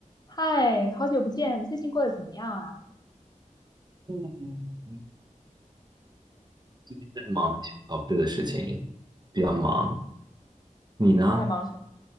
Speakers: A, on the left; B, on the right.
A: 嗨，好久不见，最近过得怎么样啊？
B: 嗯，最近在忙期末考试的事情，比较忙。你呢？
A: 在忙什么？